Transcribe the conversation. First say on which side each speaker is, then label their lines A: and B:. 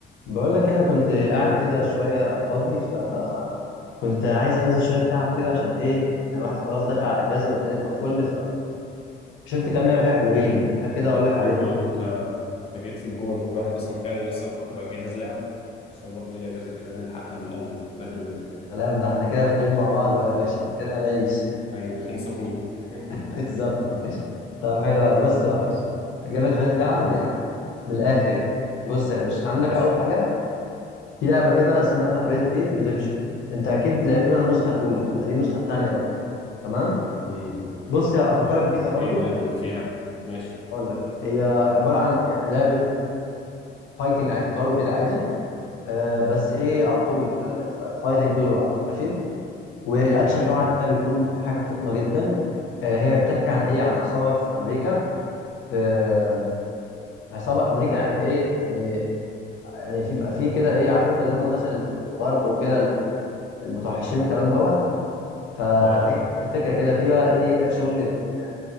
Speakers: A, on the left (about 75°); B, on the left (about 30°).
A: بقول لك انا كنت قاعد كده شويه فاضي فكنت عايز انزل شويه تعب كده عشان ايه يعني الواحد خلاص داخل على الاجازه والدنيا تبقى فل فشفت كام لعبه كده حلوين
B: حلو
A: بقى كده اقول
B: حلو
A: لك عليهم
B: أوي أنت أنت جيت في الجون الواحد أصلا فعلا لسه بفكر أجهز لعب عشان برضه إيه الأجازة كده نلحقها من الأول بدري بدري
A: يا سلام ده احنا كده داخلين مع بعض بقى
B: أه
A: يا باشا احنا كده هنعيش
B: أيوة داخلين سخنين <laughs>
A: <laughs> بالظبط
B: أه
A: طب حلو أوي. بص بقى
B: ماشي
A: اجيب لك شويه لعب
B: قول
A: يعني من الاخر يعني بص يا باشا
B: ماشي
A: عندك اول حاجه في لعبه كده اسمها ريد ديد ريديمشن انت اكيد لعبت منها النسخه الاولى فدي النسخه الثانيه بقى تمام
B: امم
A: بص هفكرك
B: أه
A: بيها برضو
B: إيه بقى اللي فيها ماشي
A: اقول لك هي عباره عن لعبه فايتنج على القتال وكده عادي آه، بس ايه على طول فاهم فايتنج طول الوقت ماشي والاكشن
B: تمام
A: طبعا اللي فيها بيكون حاجه فخمه جدا آه، هي بتحكي عن ايه عن عصابه في امريكا في آه، عصابه امريكا يعني ايه يعني يعني في بيبقى في كده ايه عارف انت اللي هم الناس الغرب وكده المتوحشين والكلام دوت فهي
B: أه
A: نفس الفكره كده في بقى ايه شغل يعني